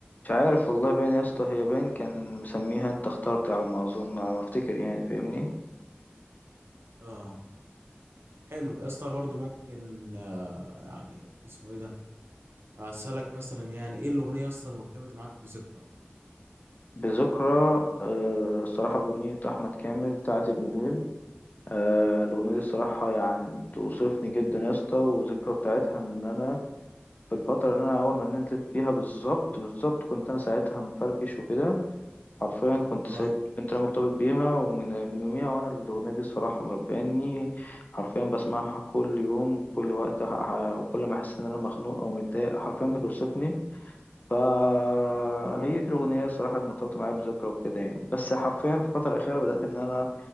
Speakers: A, on the left; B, on the right.
A: مش عارف والله باين يا اسطى هي باين كان مسميها انت اخترت على ما اظن على ما افتكر يعني فاهمني
B: اه حلو يا اسطى برضه ممكن آه، يعني اسمه ايه ده اسالك مثلا يعني ايه الاغنيه يا اسطى المرتبطه معاك بذكرى
A: بذكرى آه، الصراحة أغنية أحمد كامل بتاعت ابن ليل آه، الأغنية دي الصراحة يعني توصفني جدا يا اسطى والذكرى بتاعتها إن أنا في الفترة اللي أنا أول ما نزلت فيها بالظبط بالظبط كنت أنا ساعتها مفركش وكده حرفيا كنت
B: آه،
A: سايب كنت أنا مرتبط بيها ومن من يوميها وأنا الأغنية دي الصراحة مرفعني حرفيا بسمعها كل يوم وكل وقت ح- وكل ما أحس إن أنا مخنوق أو متضايق حرفيا بتوصفني فهي دي الأغنية الصراحة اللي مرتبطة معايا بذكرى وكده يعني بس حرفيا في الفترة الأخيرة بدأت إن أنا